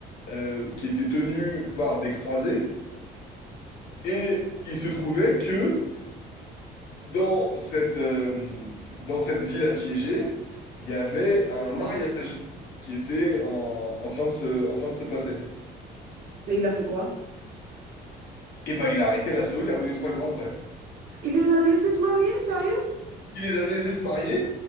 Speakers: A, on the left; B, on the right.
A: euh, qui était tenue par des croisés, et il se trouvait que dans cette, euh, dans cette ville assiégée, il y avait un mariage qui était en, en train de se, en train de se passer.
B: Et il a fait quoi?
A: Et ben il a arrêté l'assaut, il est revenu trois jours après.
B: Il a laissé se marier, sérieux?
A: Il les a laissés se marier